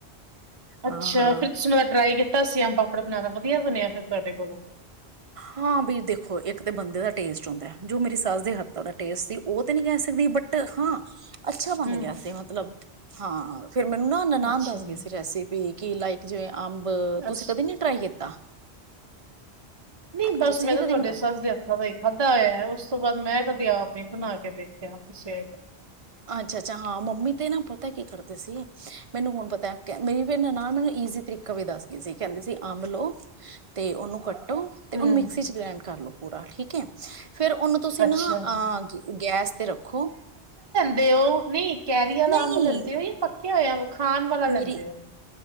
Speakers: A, on the right; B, on the right.
A: ਅੱਛਾ
B: ਹਾਂ ਹਾਂ
A: ਫਿਰ ਤੁਸੀਂ ਮੈਂ ਟਰਾਈ ਕੀਤਾ ਸੀ ਆਮ ਪਾਪੜਾ ਬਣਾਉਣਾ ਵਧੀਆ ਬਣਿਆ, ਫਿਰ ਤੁਹਾਡੇ ਕੋਲੋਂ,
B: ਹਾਂ ਵੀ ਦੇਖੋ ਇੱਕ ਤਾਂ ਬੰਦੇ ਦਾ ਟੇਸਟ ਹੁੰਦਾ ਜੋ ਮੇਰੀ ਸੱਸ ਦੇ ਹੱਥ ਦਾ ਟੇਸਟ ਸੀ ਉਹ ਤੇ ਨਹੀਂ ਕਹਿ ਸਕਦੀ ਬਟ ਹਾਂ, ਅੱਛਾ ਬਣ
A: ਹੂੰ,
B: ਗਿਆ ਸੀ ਮਤਲਬ। ਹਾਂ ਫੇਰ ਮੈਨੂੰ ਨਾ ਨਨਾਣ
A: ਅੱਛਾ,
B: ਦੱਸ ਗਈ ਸੀ ਰੈਸਿਪੀ ਕਿ ਲਾਈਕ ਜਿਵੇਂ ਅੰਬ ਤੁਸੀਂ
A: ਅੱਛ
B: ਕਦੇ ਨੀ ਟਰਾਈ ਕੀਤਾ
A: ਨਹੀਂ ਬਸ
B: ਤੁਸੀਂ
A: ਮੈਂ
B: ਨੀ
A: ਤਾਂ
B: ਕਦੇ
A: ਤੁਹਾਡੇ
B: ਬਣਾਇਆ
A: ਸੱਸ ਦੇ ਹੱਥਾਂ ਦਾ ਹੀ ਖਾਂਦਾ ਹੋਇਆ ਉਸ ਉਸ ਤੋਂ ਬਾਅਦ ਮੈਂ ਕਦੇ ਆਪ ਨੀ ਬਣਾ ਕੇ ਦੇਖਿਆ ਪੁਛਿਆ
B: ਅੱਛਾ ਅੱਛਾ ਹਾਂ ਮੰਮੀ ਤੇ ਨਾ ਪਤਾ ਕੀ ਕਰਦੇ ਸੀ ਮੈਨੂੰ ਹੁਣ ਪਤਾ ਮੇਰੀ ਨਨਾਣ ਮੈਨੂੰ ਇਜ਼ੀ ਤਰੀਕਾ ਵੀ ਦੱਸ ਗਈ ਸੀ ਕਹਿੰਦੀ ਸੀ ਅੰਬ ਲੋ ਤੇ ਉਹਨੂੰ ਕੱ ਤੇ
A: ਹੂੰ,
B: ਓਹਨੂੰ ਮਿਕਸੀ ਚ ਗ੍ਰੈਂਡ ਕਰ ਲੋ ਪੂਰਾ ਠੀਕ ਹੈ। ਫੇਰ ਉਹਨੂੰ ਤੁਸੀਂ
A: ਅੱਛਾ।
B: ਨਾ ਅਹ ਗੈਸ ਤੇ ਰੱਖੋ
A: ਫਿਰ ਉਹ ਨਹੀਂ ਕੈਰੀ ਵਾਲਾ
B: ਨਹੀਂ
A: ਅੰਬ ਲੈਂਦੇ ਹੋ ਜਾਂ ਪੱਕਿਆ ਹੋਇਆ ਖਾਣ ਵਾਲਾ ਲੈਂਦੇ
B: ਮੇਰੀ
A: ਹੋ